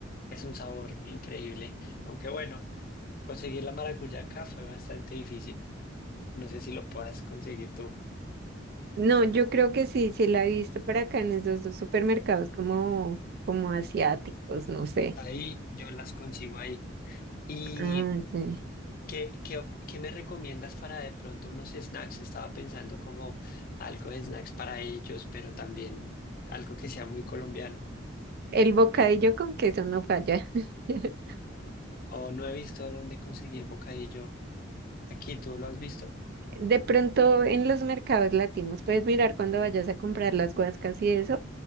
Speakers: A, on the left; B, on the right.
A: Es un sabor increíble. Aunque bueno, conseguir la maracuyá acá fue bastante difícil. No sé si lo puedas conseguir tú.
B: No, yo creo que sí, sí la he visto para acá en esos dos supermercados como, como asiáticos, no sé.
A: Ahí yo las consigo ahí. Y
B: Ah, ok.
A: ¿Qué, qué, op- qué me recomiendas para de pronto unos snacks? Estaba pensando como algo de snacks para ellos, pero también algo que sea muy colombiano.
B: El bocadillo con queso no falla. <laughs>
A: O no he visto dónde conseguir bocadillo. Aquí, ¿tú lo has visto?
B: De pronto en los mercados latinos puedes mirar cuando vayas a comprar las guascas y eso,